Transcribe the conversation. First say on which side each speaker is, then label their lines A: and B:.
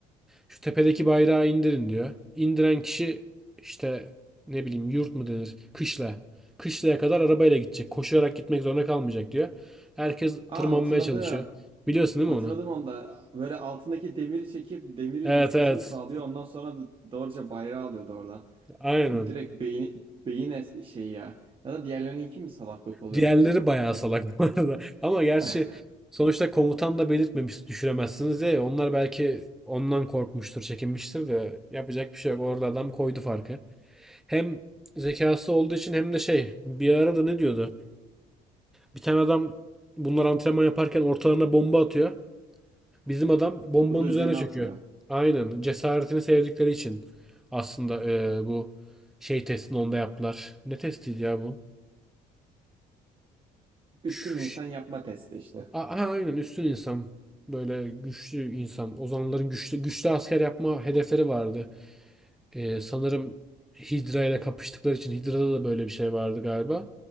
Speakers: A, in the centre; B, on the right.
A: Şu tepedeki bayrağı indirin diyor. İndiren kişi işte ne bileyim yurt mu denir? Kışla. Kışlaya kadar arabayla gidecek. Koşarak gitmek zorunda kalmayacak diyor. Herkes
B: Aa
A: tırmanmaya
B: hatırladım.
A: çalışıyor. Biliyorsun değil
B: Hatırladım
A: mi onu?
B: onda. Böyle altındaki demiri çekip demiri
A: Evet
B: düşmesini
A: evet.
B: sağlıyor. Ondan sonra da doğruca bayrağı alıyordu oradan.
A: Aynen.
B: Direkt beyni, beyin es- şey ya. Ya da diğerlerininki mi salaklık oluyor?
A: Diğerleri bayağı salak bu arada. <laughs> Ama gerçi
B: <laughs>
A: sonuçta komutan da belirtmemiş düşüremezsiniz diye. Onlar belki ondan korkmuştur, çekinmiştir de yapacak bir şey yok. Orada adam koydu farkı. Hem zekası olduğu için hem de şey bir arada ne diyordu? Bir tane adam bunlar antrenman yaparken ortalarına bomba atıyor. Bizim adam bombanın
B: Bu da üzerine
A: üzerine çöküyor.
B: atlıyor.
A: Aynen. Cesaretini sevdikleri için aslında eee, bu şey testini onda yaptılar. Ne testiydi ya bu?
B: Üstün
A: Şş,
B: insan yapma testi işte.
A: a- a- aynen üstün insan. Böyle güçlü insan. Ozanların güçlü, güçlü asker yapma hedefleri vardı. Ee, sanırım Hydra ile kapıştıkları için Hydra'da da böyle bir şey vardı galiba.